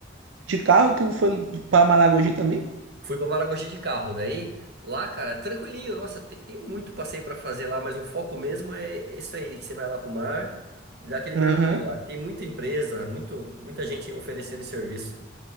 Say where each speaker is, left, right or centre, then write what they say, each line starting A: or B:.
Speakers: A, on the right; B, on the right.
A: De carro, tu foi para Malagogi também?
B: Fui pra Maragogi de carro, daí lá, cara, tranquilinho. Nossa, tem, tem muito passeio pra fazer lá, mas o foco mesmo é isso aí, que você vai lá pro mar e dá aquele
A: Aham,
B: mergulho lá. Tem muita empresa, muito, muita gente oferecendo serviço.